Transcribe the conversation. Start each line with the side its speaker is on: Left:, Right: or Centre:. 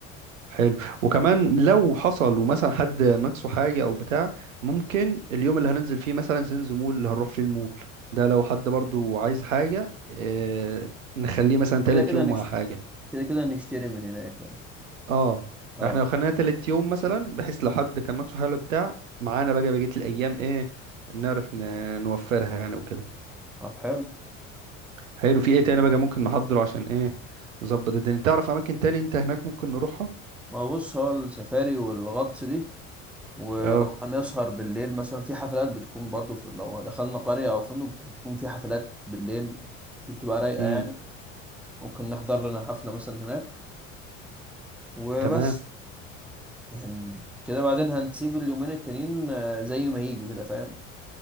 Right: حلو وكمان لو حصل ومثلا حد ناقصه حاجة أو بتاع ممكن اليوم اللي هننزل فيه مثلا سينز مول اللي هنروح فيه المول ده لو حد برضو عايز حاجة اه نخليه مثلا تالت
Centre: كده كده
Right: يوم
Centre: نشتري
Right: ولا حاجة
Centre: كده كده نشتري من هناك يعني
Right: اه
Centre: أه
Right: احنا لو خلينا تالت يوم مثلا بحيث لو حد كان ناقصه حاجة ولا بتاع معانا بقى بقية الأيام ايه نعرف ن- نوفرها يعني وكده
Centre: طب حلو
Right: حلو في ايه تاني بقى ممكن نحضره عشان ايه نظبط الدنيا تعرف أماكن تاني انت هناك ممكن نروحها
Centre: ما هو بص هو السفاري والغطس دي ولو
Right: اه
Centre: هنسهر بالليل مثلا في حفلات بتكون برضو في لو دخلنا قرية أو فندق بتكون في حفلات بالليل دي بتبقى رايقة
Right: امم
Centre: يعني ممكن نحضر لنا حفلة مثلا هناك وبس
Right: تمام
Centre: يعني كده بعدين هنسيب اليومين التانيين آه، زي ما يجوا كده فاهم